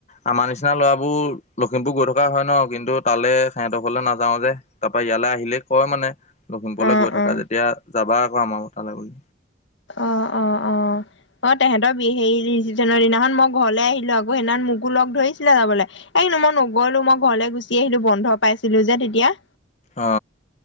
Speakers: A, on the left; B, on the left.
A: আমাৰ নিচিনা ল'ৰাবোৰ লখিমপুৰ গৈ থকা হয় ন কিন্তু তালে সিহঁতৰ ঘৰলে নাযাওঁ যে। তাৰ পৰা ইয়ালৈ আহিলেই কয় মানে লখিমপুৰলৈ
B: অ'
A: গৈ থাকা
B: অ'।
A: যেতিয়া যাবা আকৌ আমাৰ ক তালৈ বুলি।
B: অ অ অ অ তেহেতৰ বি হেৰি ৰিচিপশ্যনৰ দিনাখন মই ঘৰলৈ আহিলো আকৌ সেইনাখন মোকো লগ ধৰিছিলে যাবলে এই নো মই নগলো মই ঘৰলৈ গুচি আহিলো বন্ধ পাইছিলো যে তেতিয়া।
A: অ।